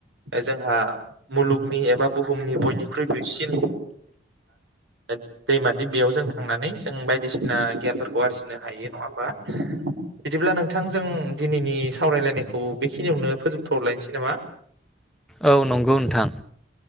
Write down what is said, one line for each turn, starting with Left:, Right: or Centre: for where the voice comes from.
Right: जोंहा मुलुगनि एबा बुहुमनि बयनिख्रुइ दुइसिन <unintelligible> दैमा दिप बेयाव जों थांनानै जों बायदिसिना गियानफोरखौ आरजिनो हायो नङा होमबा। बिदिब्ला नोंथांजों दिनैनि सावरायलायनायखौ बेखिनियावनो फोजोबथलायनोसै नामा?
Centre: औ नंगौ नोंथां।